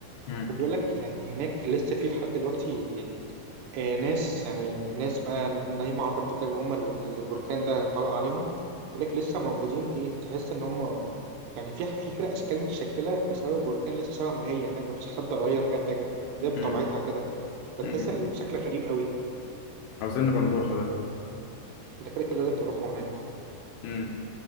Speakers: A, on the left; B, on the right.
A: امم
B: وبيقول لك يعني هناك لسه في لحد دلوقتي آه، ناس يعني ناس بقى نايمة على الأرض كده اللي هم اللي اللي البركان ده طلع عليهم بيقول لك لسه موجودين إيه تحس إن هم يعني في في كده أشكال متشكلة بسبب بركان لسه شبه ما هي فاهم مفيش حد غير فيها حاجة هي بطبيعتها
A: امم
B: كده فتحس
A: امم
B: ان الشكل غريب قوي
A: عاوزين نبقى نروحه ده
B: ده كده كده لازم نروح هناك
A: امم